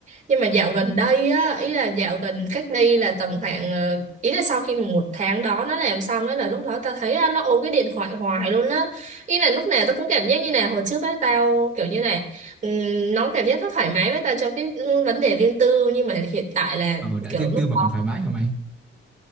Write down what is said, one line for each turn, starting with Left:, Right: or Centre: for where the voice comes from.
Right: nhưng mà dạo gần đây á ý là dạo gần cách đây là tầm khoảng ờ, ý là sau khi mà một tháng đó nó làm xong ấy là lúc đó tao thấy á, nó ôm cái điện thoại hoài luôn á ý là lúc nào tao cũng cảm giác như này hồi trước á tao kiểu như này ừm, nó cảm giác nó thoải mái với tao trong cái ừ, vấn đề riêng tư nhưng mà hiện tại là
Centre: Ờ đã
Right: kiểu
Centre: riêng
Right: lúc
Centre: tư mà còn thoải mái hả mày?